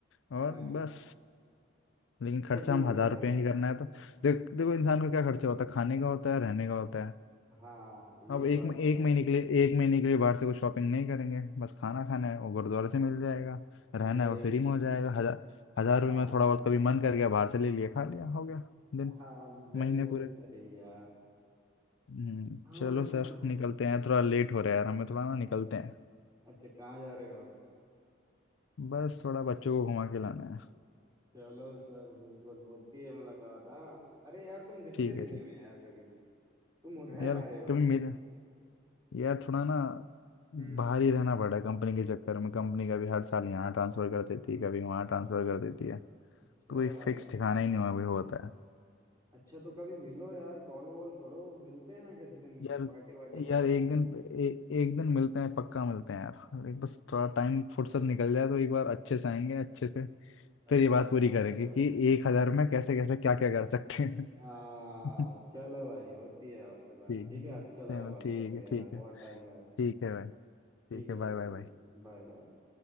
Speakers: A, on the left; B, on the right.
A: और
B: हाँ
A: बस लेकिन खर्चा
B: सही
A: हम हजार
B: है यार।
A: रुपये ही करना है तो देख देखो इंसान का क्या खर्चा होता है खाने का होता है रहने का होता है
B: हाँ
A: अब
B: ये
A: एक
B: बात
A: एक
B: तो है
A: महीने के लिए एक महीने के लिए बाहर से कुछ शॉपिंग नहीं करेंगे बस खाना खाना है वो गुरुद्वारे से मिल जाएगा रहना
B: वही
A: है वो फ्री में हो जाएगा हजार हजार
B: हाँ
A: रुपये में थोड़ा बहुत कभी मन कर गया बाहर से ले लिया खा लिया हो गया दिन
B: हाँ बिल्कुल
A: महीने पूरे
B: सही यार
A: हम्म,
B: और
A: चलो
B: क्या
A: सर निकलते हैं थोड़ा लेट हो रहा है यार हमें थोड़ा ना निकलते हैं
B: अच्छा कहाँ जा रहे हो
A: बस थोड़ा बच्चों को घुमा के लाना है
B: चलो सर बिल्कुल होती है मुलाकात हाँ अरे यार तुम दिखते
A: ठीक
B: नहीं
A: है ठीक
B: हो यार कभी तुम रह
A: यार
B: कहाँ रहे हो
A: कभी मेरे यार थोड़ा ना
B: हम्म
A: बाहर ही रहना पड़ा कंपनी के चक्कर में कंपनी कभी हर साल यहाँ ट्रांसफर कर देती है कभी वहाँ ट्रांसफर कर देती है तो
B: चल
A: कोई फिक्स ठिकाना ही नहीं हुआ अभी होता है
B: अच्छा तो कभी मिलो यार कॉल वॉल करो मिलते हैं ना किसी दिन
A: यार
B: पार्टी वार्टी करते
A: यार एक
B: हैं
A: दिन ए, एक दिन मिलते हैं पक्का मिलते हैं यार और एक बस थोड़ा टाइम फुर्सत निकल जाए तो एक बार अच्छे से आएंगे अच्छे से
B: अच्छा
A: फिर ये बात पूरी
B: अच्छा
A: करेंगे कि एक हजार में कैसे कैसे क्या क्या कर सकते हैं
B: आ
A: <laughs>
B: चलो भाई होती है आपसे बात
A: ठीक
B: ठीक
A: है
B: है अच्छा लगा
A: चलो
B: बात
A: ठीक
B: करके
A: है ठीक
B: यार बहुत
A: है
B: टाइम बाद
A: ठीक है भाई ठीक
B: ठीक है
A: है
B: भाई
A: बाय बाय
B: ठीक
A: बाय
B: है Bye bye